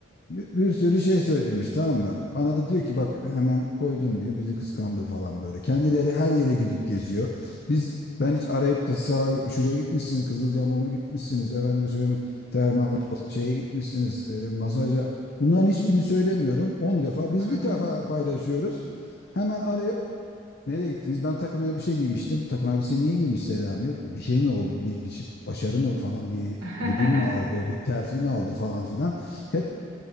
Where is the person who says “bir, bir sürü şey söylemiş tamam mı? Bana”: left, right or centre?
Left